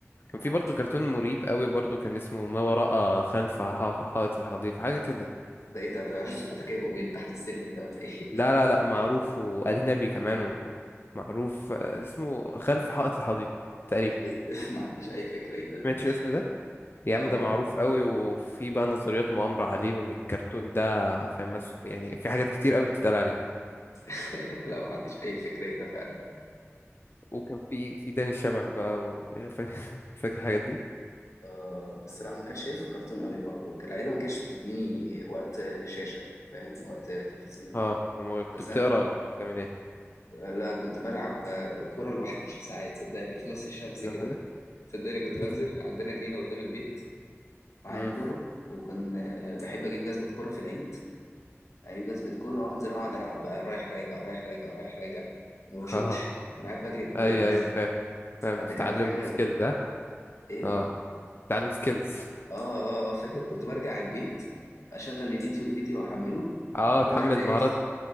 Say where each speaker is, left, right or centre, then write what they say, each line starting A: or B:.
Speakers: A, on the left; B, on the left.
A: كان
B: انا
A: في
B: عارف
A: برضو
B: يعني
A: كرتون مريب قوي برضو كان اسمه ما وراء خلف ح- حائط الحديقة حاجة كده
B: ده ايه ده ده <laughs> انت جايبه منين تحت السلم ده ولا ايه
A: لا لا لا معروف وأجنبي كمان ومعروف آه، اسمه خلف حائط الحديقة
B: <laughs>
A: تقريبا
B: إيه ده؟ ما عنديش اي فكره ايه ده
A: سمعتش الاسم ده يا
B: لا
A: عم
B: ما
A: ده معروف
B: اعرف
A: قوي وفي بقى نظريات مؤامرة عليه وإن الكرتون ده فاهم مس- يعني في حاجات كتير قوي بتتقال عليه
B: <laughs> لا ما عنديش اي فكره ايه ده فعلا
A: وكان في في داني الشبح بقى و... <laughs> فاكر فاكر الحاجات دي
B: آه بس لا ما كانش شايف الكرتون قوي برضه العيله ما كانتش بتديني وقت شاشه فاهم وقت تلفزيون
A: اه أما كنت
B: بس
A: بتقرا
B: انا
A: ولا كنت بتعمل ايه
B: لا كنت بلعب آه، كورة لوحدي ساعات صدقني في نص الشمس
A: لوحدك
B: كده صدقني كنت بنزل
A: ايه ده
B: عندنا جنينة قدام البيت معايا
A: امم
B: كورة وكان آه، بحب أجيب جزمة كورة في العيد أجيب جزمة كورة وأنزل أقعد ألعب بقى رايح راجع رايح راجع رايح راجع ما بشوطش
A: اه
B: أنا قاعد بجري بالكورة
A: ايوه
B: بس
A: ايوه فاهم فاهم
B: آه، ده
A: تتعلم
B: كانت حاجة
A: سكيل
B: إيه؟
A: اه تعليم سكيلز
B: آه آه آه، فاكر كنت برجع البيت أشغل اليوتيوب فيديو أحمله
A: اه
B: وأرجع
A: تحمل
B: تاني
A: مهارات
B: في